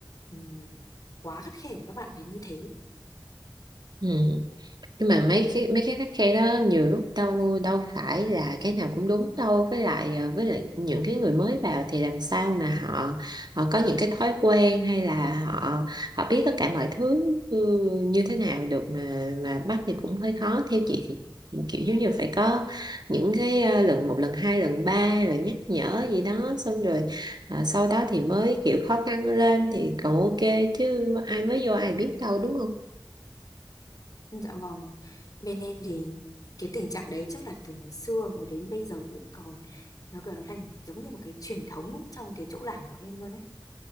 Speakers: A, on the left; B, on the right.
A: ừm, quá khắt khe với các bạn đấy như thế.
B: Ừ. nhưng mà mấy cái mấy cái khắt khe đó nhiều lúc đâu đâu phải là cái nào cũng đúng đâu với lại ờ, với lại những cái người mới vào thì làm sao mà họ họ có những cái thói quen hay là họ họ biết tất cả mọi thứ ừ, như thế nào được mà mà bắt thì cũng hơi khó theo chị thì kiểu giống như phải có những cái ờ, lần một lần hai lần ba rồi nhắc nhở gì đó xong rồi ờ, sau đó thì mới kiểu khó khăn lên thì còn ok chứ ai mới vô ai biết đâu đúng không
A: Dạ vâng, bên em thì cái tình trạng đấy chắc là từ ngày xưa và đến bây giờ vẫn còn nó kiểu nó thành giống như một cái truyền thống trong cái chỗ làm của em luôn ấy.